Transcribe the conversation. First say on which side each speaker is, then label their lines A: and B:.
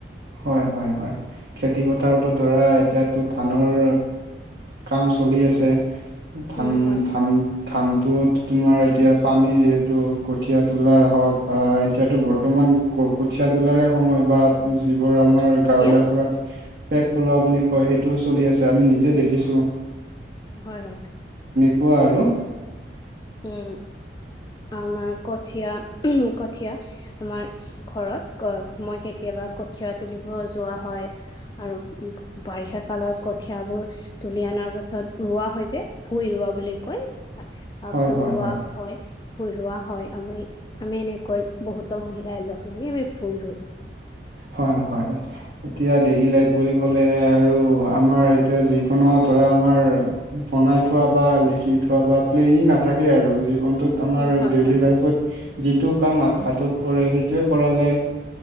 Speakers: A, on the right (about 65°); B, on the left (about 25°).
A: হয়, হয়, হয় খেতি পথাৰতো ধৰা এতিয়ো ধানৰ কাম চলি আছে ধান
B: উম হয়
A: ধান ধান তোট তোমাৰ এতিয়া পানী যিহেতু কঠীয়াা তোলা হওক বা এতিয়াতো বৰ্তমান কঠীয়া তোলাৰে সময় বা যিবোৰ আমাৰ
B: এতিয়া
A: গাঁৱলীয়া ভাষাত পেক কৰোৱা বুলি কয় সেইটোও চলি আছে আমি নিজে দেখিছো।
B: হয়, হয়।
A: কোৱা আৰু।
B: উম। আমাৰ কঠীয় কঠীয়া আমাৰ ঘৰত মই কেতিয়াবা কঠীয় তুলিব যোৱা হয় আৰু বাৰিষা কালত কঠিয়বোৰ <unintelligible> পাছত ৰোৱা হয় যে ভুই ৰোৱা বুলি কৈ
A: হয়
B: ভুই
A: হয়
B: ৰোৱা হয়। ফুৰোৱা হয় আমি আমি এনেকৈ বহুতো মহিলাই লগ লাগি আমি ফুৰো।
A: হয়, হয়। এতিয়া ডেইলি লাইফ বুলি ক'লে আৰু আমাৰ এতিয়া যিকোনো ধৰা আমাৰ বনাই থোৱা বা লিখি থোৱা বা প্লেনিং নাথাকে আৰু জীৱন টোত আমাৰ
B: উম হয়
A: ডেইলি
B: হয়
A: লাইফত
B: হয়
A: যিটো কাম হাতত পৰে সেইটোৱে কৰা যায়।